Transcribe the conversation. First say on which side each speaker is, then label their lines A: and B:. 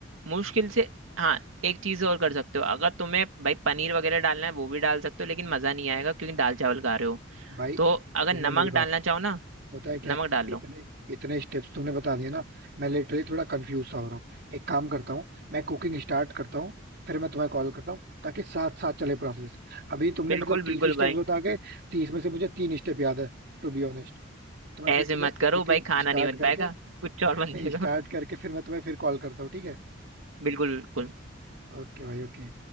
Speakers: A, on the right; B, on the right.
A: मुश्किल से हाँ एक चीज और कर सकते हो अगर तुम्हें भाई पनीर वगैरह डालना है वो भी डाल सकते हो लेकिन मजा नहीं आएगा क्योंकि दाल चावल खा रहे हो
B: भाई
A: तो अगर
B: सुनना
A: नमक
B: मेरी बात
A: डालना चाहो ना
B: पता है क्या
A: नमक
B: है?
A: डाल
B: इतने
A: लो
B: इतने स्टेप्स तुमने बता दिए ना मैं लिटरली थोड़ा कंफ्यूज सा हो रहा हूँ एक काम करता हूँ मैं कुकिंग स्टार्ट करता हूँ फिर मैं तुम्हें कॉल करता हूँ ताकि साथ साथ चले प्रोसेस अभी तुमने
A: बिल्कुल
B: मतलब तीस
A: बिल्कुल
B: स्टेप्स
A: भाई
B: बता के तीस में से मुझे तीन स्टेप याद है टू बी ऑनेस्ट तो मैं
A: ऐसे
B: फिर तुम्हें
A: मत करो
B: कुकिंग
A: भाई खाना
B: स्टार्ट
A: नहीं बन
B: करके
A: पाएगा कुछ और बन
B: नहीं
A: जाएगा
B: स्टार्ट
A: <laughs>
B: करके फिर मैं तुम्हें फिर कॉल करता हूँ ठीक है
A: बिल्कुल बिल्कुल
B: ओके भाई ओके